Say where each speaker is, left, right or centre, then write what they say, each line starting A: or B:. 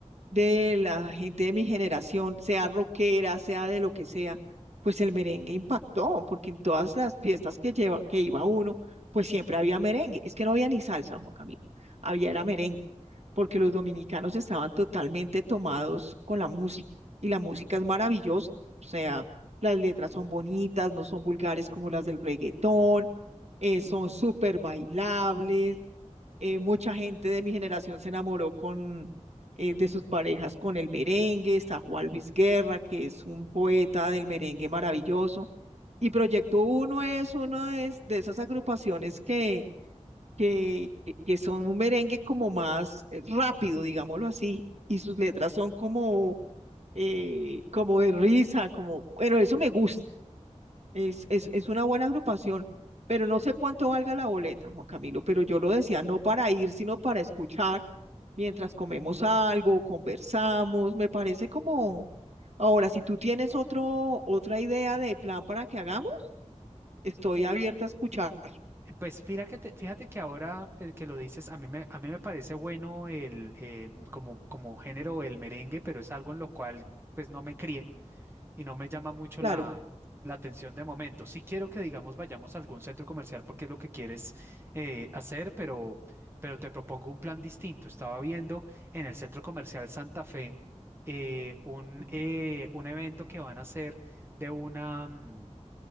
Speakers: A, on the right (about 65°); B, on the right (about 20°).
A: de la gente de mi generación, sea rockera, sea de lo que sea, pues el merengue impactó, porque en todas las fiestas que, lleva, que iba uno, pues siempre había merengue. Es que no había ni salsa, Juan Camilo, había era merengue, porque los dominicanos estaban totalmente tomados con la música y la música es maravillosa, o sea, las letras son bonitas, no son vulgares como las del reggaetón, eh, son súper bailables, eh, mucha gente de mi generación se enamoró con, eh, de sus parejas con el merengue, está Juan Luis Guerra, que es un poeta del merengue maravilloso. Y Proyecto Uno es una de, es- de esas agrupaciones que, que, que que son un merengue como más eh, rápido, digámoslo así, y sus letras son como, eh, como de risa, como, bueno, eso me gusta. Es, es, es una buena agrupación, pero no sé cuánto valga la boleta, Juan Camilo, pero yo lo decía, no para ir, sino para escuchar mientras comemos algo, conversamos, me parece como... Ahora, si tú tienes otro, otra idea de plan para que hagamos, estoy abierta a escuchar,
B: Pues fíjate, que te- fíjate que ahora eh, que lo dices, a mí me, a mí me parece bueno el, eh, como, como género el merengue, pero es algo en lo cual pues no me crié. y no me llama mucho
A: claro.
B: la, la atención de momento. Sí quiero que, digamos, vayamos a algún centro comercial porque es lo que quieres eh, hacer, pero, pero te propongo un plan distinto. Estaba viendo en el centro comercial Santa Fe eh, un,
A: Claro.
B: eh, un evento que van a hacer de una... mm,